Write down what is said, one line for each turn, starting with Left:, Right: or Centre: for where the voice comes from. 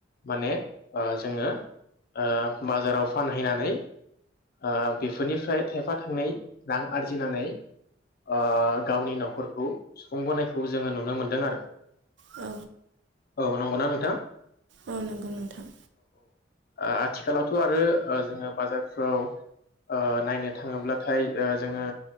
Left: माने ओ जोङो ओ बाजाराव फान हैनानै ओ बेफोरनिफ्राय थायफा थाइनै रां आरजिनानै ओ गावनि नखरखौ सुफुंबोनायखौ जोङो नुनो मोनदों आरो
Right: औ
Left: औ नंगौ ना नोंथां
Right: औ नंगौ नोंथां
Left: ओ आथिखालावथ आरो ओ जोङो बाजारफ्राव ओ नायनो थाङोब्लाथाय ओ जोङो